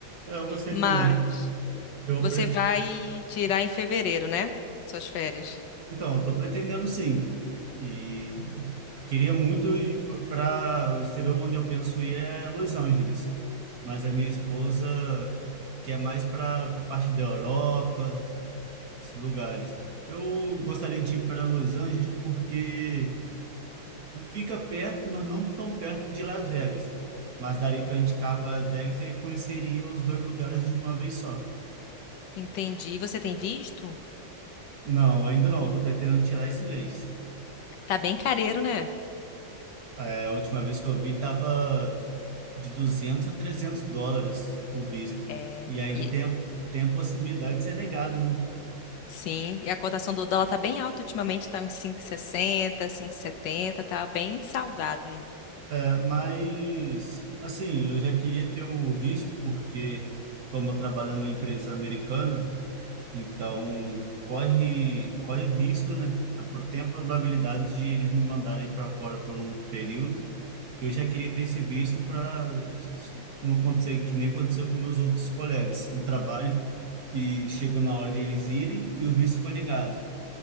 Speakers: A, on the right; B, on the left.
A: eu gostei
B: Mas
A: também. Eu,
B: você
A: pre-
B: vai tirar em fevereiro, né? Suas férias.
A: Então, eu estou pretendendo sim. E queria muito ir para o exterior onde eu penso ir é Los Angeles. Mas a minha esposa quer mais para a parte da Europa, esses lugares. Eu gostaria de ir para Los Angeles porque fica perto, mas não tão perto de Las Vegas. Mas daria para indicar para Las Vegas e aí conheceria os dois lugares de uma vez só.
B: Entendi. Você tem visto?
A: Não, ainda não. Estou pretendendo tirar esse mês.
B: Tá bem careiro, né?
A: É, a última vez que eu vi estava de 200 a 300 dólares o visto.
B: É,
A: E ainda
B: e,
A: tem a, tem a possibilidade de ser negado, né?
B: sim, e a cotação do dólar tá bem alta ultimamente, tá uns 5,60, setenta. tá bem salgado.
A: É, Mas, assim, eu já queria ter o visto, porque, como eu trabalho numa empresa americana, então corre, corre o risco, né? A pro- Tem a probabilidade de eles me mandarem para fora por um período. Eu já queria ter esse visto para não acontecer que nem aconteceu com meus outros colegas no trabalho, que chegou na hora de eles irem e o visto foi negado.